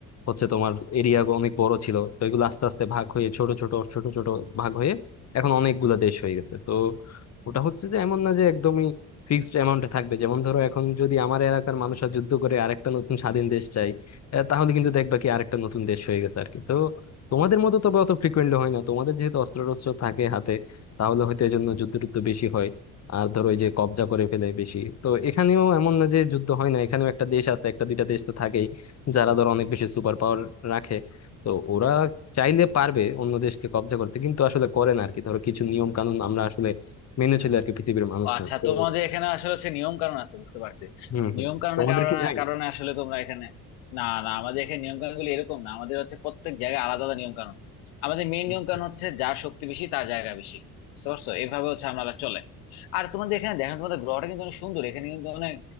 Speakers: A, on the left (about 35°); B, on the left (about 70°).
A: হচ্ছে তোমার এরিয়া অনেক বড় ছিল তো এগুলো আস্তে আস্তে ভাগ হয়ে ছোট ছোট ছোট ছোট ভাগ হয়ে এখন অনেকগুলা দেশ হয়ে গেছে তো ওটা হচ্ছে যে এমন না যে একদমই ফিক্সড অ্যামাউন্টে থাকবে যেমন ধরো এখন যদি আমার এলাকার মানুষরা যুদ্ধ করে আরেকটা নতুন স্বাধীন দেশ চাই আহ, তাহলে কিন্তু দেখবা কি আরেকটা নতুন দেশ হয়ে গেছে আর কি তো তোমাদের মতো তবে অত ফ্রিকুয়েন্টলি হয় না তোমাদের যেহেতু অস্ত্র টস্ত্র থাকে হাতে তাহলে হয়তো এই জন্য যুদ্ধ টুদ্ধ বেশি হয় আর ধরো এই যে কবজা করে ফেলে বেশি তো এখানেও এমন না যে যুদ্ধ হয় না এখানেও একটা দেশ আছে একটা দুইটা দেশ তো থাকেই যারা ধর অনেক বেশি সুপার পাওয়ার রাখে তো ওরা চাইলে পারবে অন্য দেশকে কব্জা করতে কিন্তু আসলে করে না আর কি ধরো কিছু নিয়ম কানুন আমরা আসলে মেনে চলি আর কি পৃথিবীর মানুষজন
B: আচ্ছা
A: তো
B: তোমাদের এখানে আসলে হচ্ছে নিয়ম কানুন আছে বুঝতে পারছি
A: হম হম
B: নিয়ম কানুনের
A: তোমাদের
B: কারণে
A: কি নাই
B: কারণে আসলে তোমরা এখানে না না আমাদের এখানে নিয়ম কানুন গুলো এরকম না আমাদের হচ্ছে প্রত্যেক জায়গায় আলাদা আলাদা নিয়ম কানুন আমাদের মেইন নিয়ম
A: আচ্ছা
B: কানুন হচ্ছে যার শক্তি বেশি তার জায়গা বেশি বুঝতে পারছো এভাবে হচ্ছে আমরা চলে আর তোমাদের এখানে দেখেন তোমাদের গ্রহটা কিন্তু অনেক সুন্দর এখানে কিন্তু অনেক